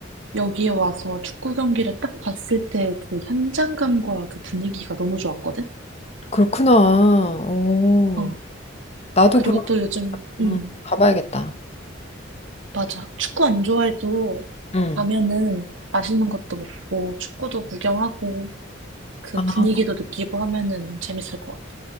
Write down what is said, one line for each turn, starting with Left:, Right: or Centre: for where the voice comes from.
Right: 여기에 와서 축구 경기를 딱 봤을 때 그 현장감과 그 분위기가 너무 좋았거든?
Left: 그렇구나. 오,
Right: 어.
Left: 나도
Right: 그리고
Left: 그럼
Right: 또 요즘, 음.
Left: 음, 가봐야겠다.
Right: 맞아. 축구 안 좋아해도
Left: 음.
Right: 가면은 맛있는 것도 먹고 축구도 구경하고 그
Left: 아,
Right: 분위기도 느끼고 하면은 재밌을 것 같아.